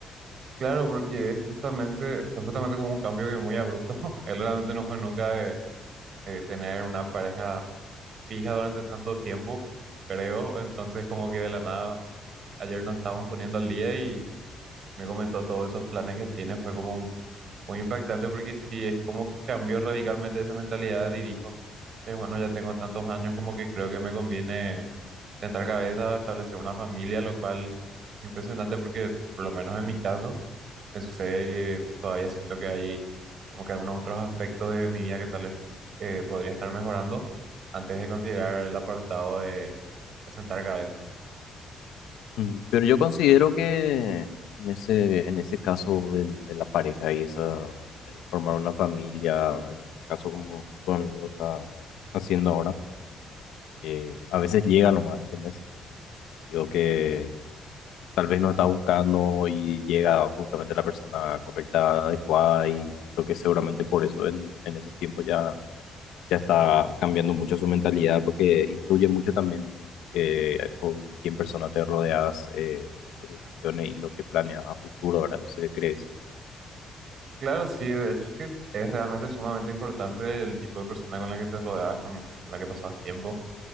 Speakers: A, on the right (about 60°); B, on the left (about 85°).
A: Claro, porque es justamente, fue justamente como un cambio que muy abrupto. <laughs> Él realmente no fue nunca de, de tener una pareja fija durante tanto tiempo, creo. Entonces, como que de la nada, ayer nos estábamos poniendo al día y me comentó todos esos planes que tiene. Fue como muy impactante porque sí, es como que cambió radicalmente esa mentalidad y dijo. Sí, bueno, ya tengo tantos años como que creo que me conviene sentar cabeza, establecer una familia, lo cual es impresionante porque por lo menos en mi caso me sucede que todavía siento que hay como que algunos otros aspectos de mi vida que tal vez eh, podría estar mejorando antes de considerar el apartado de, de sentar cabeza.
B: Mm, Pero yo considero que en ese, en ese caso del- de la pareja y esa, eh, formar una familia, en el caso como tu amigo está haciendo ahora, eh, a veces llega nomás, ¿entendés? Digo que tal vez no está buscando y llega justamente la persona correcta, adecuada y creo que seguramente por eso en, en ese tiempo ya ya está cambiando mucho su mentalidad porque influye mucho también eh, con quién persona te rodeas, eh, tus decisiones y lo que planeas a futuro, ¿verdad? No sé qué crees.
A: Claro, sí, de hecho que es realmente sumamente importante el tipo de persona con la que te rodeas, con, con la que pasas tiempo.